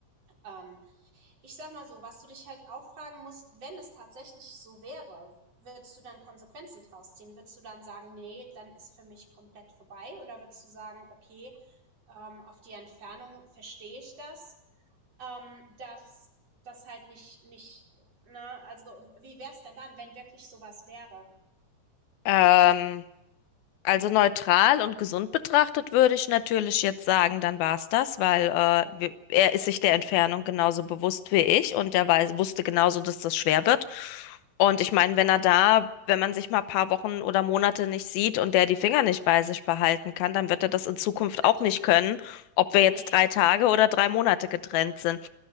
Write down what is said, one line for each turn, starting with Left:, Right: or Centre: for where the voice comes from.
Right: Ähm, Ich sag mal so, was du dich halt auch fragen musst, wenn es tatsächlich so wäre, würdest du dann Konsequenzen draus ziehen? Würdest du dann sagen, nee, dann ist für mich komplett vorbei? Oder würdest du sagen, okay, ähm, auf die Entfernung verstehe ich das, ähm, dass das halt nicht, nicht, ne, also wie wär's denn dann, wenn wirklich sowas wäre?
Left: Ähm. Also neutral und gesund betrachtet würde ich natürlich jetzt sagen, dann war es das, weil äh,
Right: Ja,
Left: wir, er ist sich der Entfernung genauso bewusst wie ich und er weiß, wusste genauso, dass das schwer wird. Und ich meine, wenn
Right: ja
Left: er da, wenn man sich mal ein paar Wochen oder Monate nicht sieht und der die Finger nicht bei sich behalten kann, dann wird er das in Zukunft
Right: natürlich.
Left: auch nicht können, ob wir jetzt
Right: Nee,
Left: drei Tage oder drei Monate getrennt sind.